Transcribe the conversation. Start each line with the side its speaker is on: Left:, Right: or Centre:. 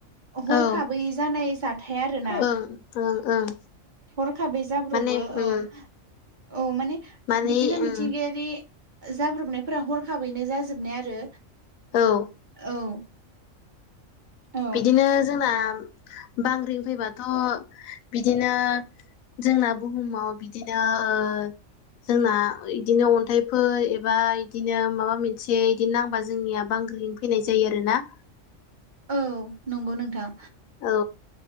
Right: हरखाबै
Left: औ
Right: जानाय जाथाय आरो ना
Left: ओं ओं ओं
Right: हरखाबै जाब्र'बो
Left: माने उम
Right: औ औ माने
Left: माने
Right: बिदिनो मिथिंगायारि
Left: उम
Right: जाब्रबनायफोरा हरखाबैनो जाजोबनाय आरो
Left: औ
Right: औ औ
Left: बिदिनो जोंना बांग्रि फैबाथ' बिदिनो जोंना बुहुमाव बिदिनो ओ ओ जोंना इदिनो अन्थाइफोर एबा इदिनो माबा मोनसे इदि नांबा जोंनिया बां गोयै फैनाय जायो आरो ना
Right: औ नंगौ नोंथां।
Left: औ